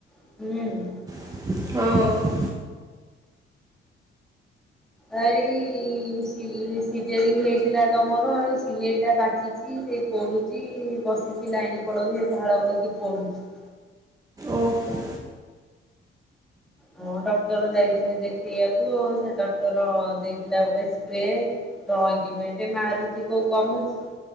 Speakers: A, in the centre; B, on the right.
A: ହୁଁ।
B: ହିଁ ଉ।
A: ଏଇ ଇ ଇ ସିଲେ ସିଜରିଙ୍ଗ ହେଇଥିଲା ତମର ଏଇ ସିଲେଇଟା ପାଚ ଛି ସେ ପୋଡୁଛି ବସିଛି ଲାଇନ ପଳଉଛି ସେ ଝାଳ ବୋଇକି ପୋଡ଼ୁଛି।
B: ଓହୋ
A: ହଁ ଡକ୍ଟର ଯାଇଥିଲି ଦେଖେଇବାକୁ ସେ ଡକ୍ଟର ଦେଇଥିଲା ଗୋଟେ ସ୍ପ୍ରେ। ଅଏଟେ ମାରୁଛି କୋଉ କମୁଛି।